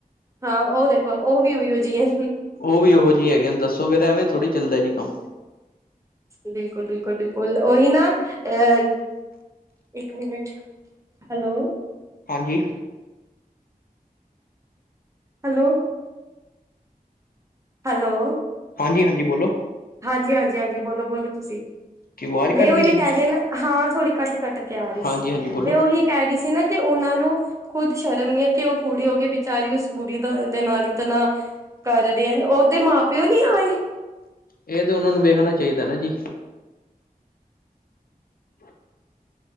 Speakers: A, on the right; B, on the left.
A: ਹਾਂ, ਓ ਦੇਖੋ ਓ ਵੀ ਉਹੀਓ ਜੀ ਏ।
B: ਓਵੀ ਉਹੋ ਜਿਹੀ ਹੈਗੀਆ ਦੱਸੋ ਫੇਰ ਐਵੇਂ ਥੋੜੀ ਚੱਲਦਾ ਜੀ ਕੰਮ?
A: ਬਿਲਕੁਲ, ਬਿਲਕੁਲ, ਬਿਲਕੁਲ ਓਹੀ ਨਾ ਅਹ ਇੱਕ ਮਿੰਟ ਹੈਲੋ।
B: ਹਾਂਜੀ।
A: ਹੈਲੋ ਹੈਲੋ
B: ਹਾਂਜੀ-ਹਾਂਜੀ ਬੋਲੋ।
A: ਹਾਂਜੀ, ਹਾਂਜੀ, ਹਾਂਜੀ ਬੋਲੋ-ਬੋਲੋ ਤੁਸੀਂ।
B: ਕਿ ਆਵਾਜ਼
A: ਮੈਂ
B: ਕੱਟ
A: ਉਈਓ
B: ਗਈ ਸੀ
A: ਕਹਿ
B: ਜੀ
A: ਰਹੀ ਹਾਂ ਨਾ ਹਾਂ ਥੋੜ੍ਹੀ ਕੱਟ-ਕੱਟ ਕੇ ਆ ਰਹੀ
B: ਹਾਂਜੀ
A: ਸੀ
B: ਹਾਂਜੀ ਬੋਲੋ
A: ਮੈਂ ਉਹੀ ਕੈ ਰਹੀ ਸੀ ਨਾ ਕਿ ਓਨਾਂ ਨੂੰ ਖੁਦ ਸ਼ਰਮ ਨੀ ਐ ਕਿ ਓ ਕੁੜੀ ਹੋਕੇ ਬੇਚਾਰੀ ਉਸ ਬੁੜੀ ਦਾ ਦੇ ਨਾਲ ਇਤਨਾ ਕਰ ਰਹੇ ਹਨ, ਓਹਦੇ ਮਾਂ-ਪਿਓ ਨੀ ਆਏ?
B: ਏ ਤੇ ਓਨਾਂ ਨੂੰ ਵੇਖਣਾ ਚਾਈਦਾ ਨਾ ਜੀ। <unintelligible>